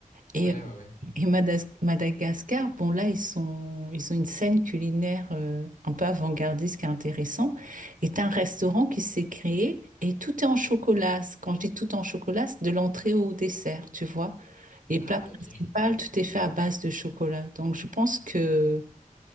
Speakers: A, on the left; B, on the right.
A: ouais,
B: et euh,
A: ouais.
B: Et Madas- Madagascar, bon là, ils sont, ils ont une scène culinaire euh, un peu avant-gardiste qui est intéressant. Est un restaurant qui s'est créé et tout est en chocolat. Quand je dis tout en chocolat, c'est de l'entrée au dessert, tu vois. Et
A: Ah
B: plat
A: ouais,
B: principal,
A: ok.
B: tout est fait à base de chocolat. Donc je pense que